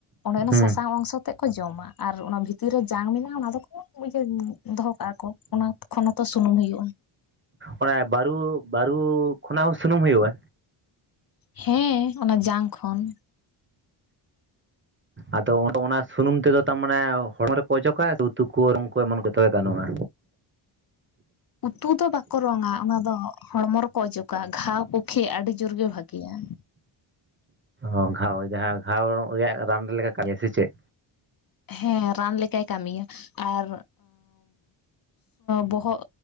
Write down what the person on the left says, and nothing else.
ᱚᱸᱰᱮ ᱚᱱᱟ
ᱥᱟᱥᱟᱝ ᱚᱝᱥᱚ ᱛᱮᱮᱫ ᱠᱚ ᱡᱚᱢᱟ ᱟᱨ ᱚᱱᱟ ᱵᱷᱤᱛᱤᱨ ᱨᱮ ᱡᱟᱝ ᱢᱮᱱᱟᱜᱼᱟ ᱚᱱᱟ ᱫᱚᱠᱚ <unintelligible> ᱫᱚᱦᱚ ᱠᱟᱜᱼᱟ ᱠᱚ ᱚᱱᱟ ᱠᱷᱚᱱ ᱦᱚᱛᱚ ᱥᱩᱱᱩᱢ ᱦᱩᱭᱩᱜᱼᱟ᱾
ᱦᱮᱸ ᱚᱱᱟ ᱡᱟᱝ ᱠᱷᱚᱱ
ᱩᱛᱩ ᱫᱚ ᱵᱟᱠᱚ ᱨᱚᱝᱟ ᱚᱱᱟ ᱫᱚ ᱦᱚᱲᱢᱚ ᱨᱮᱠᱚ ᱚᱡᱚᱜᱟ ᱜᱷᱟᱣ ᱯᱩᱠᱷᱮ ᱟᱹᱰᱤ ᱡᱳᱨ ᱵᱷᱟᱹᱜᱮᱭᱟ ᱾
ᱦᱮᱸ ᱨᱟᱱ ᱞᱮᱠᱟᱭ ᱠᱟᱹᱢᱤᱭᱟ ᱟᱨ ᱵᱚᱦᱚᱜ